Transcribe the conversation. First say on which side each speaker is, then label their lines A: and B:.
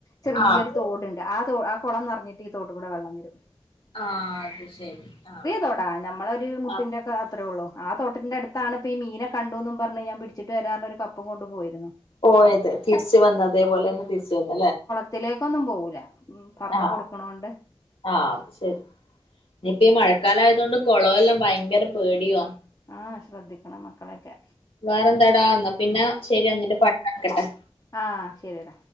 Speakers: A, on the left (about 35°); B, on the left (about 65°).
A: ചെറിയൊ
B: ആഹ്
A: തോട്ണ്ട് ആഹ് ആഹ് കൊളം നെറ്ഞ്ഞ്ട്ട് ഈ തോട്ട് കുട വള്ളം വരും
B: ആഹ് അത് ശരി ആഹ്
A: തൊടാനം നമ്മളൊര് മുട്ടിന്റൊക്ക
B: ആഹ്
A: അത്രെള്ളു ആഹ് തോട്ടിന്റ അട്ത്താണ് ഇപ്പ ഈമീനെ കണ്ടൂന്നും പർഞ്ഞ് ഞാൻ പിടിച്ചിട്ട് വരാർഞ് ഒര് കപ്പ് പ്പും കൊണ്ട് പോയിര്ന്നു
B: പോയത് തിരിച്ച് വന്ന് അതേപോലന്നെ തിരിച്ച് വന്ന് അലെ
A: ത്തിലേക്കൊന്നും പോവൂല ഉം പർഞ്ഞ്
B: ആഹ്
A: കൊടുക്ക്ണോണ്ട്.
B: ആഹ് അത് ശരി ഇനിയിപ്പ ഈ മഴക്കാലയത് കൊണ്ട് കൊളവെല്ല ഭയ ങ്കര പേടിയുവ
A: ആഹ് ശ്രദ്ധിക്കണം മക്കളെയൊക്കെ
B: വേറെന്താടാ ഇന്ന പിന്ന ശരി ഇന്നന്റെ പണി നടക്കട്ടെ.
A: ആഹ് ശെരിയെട.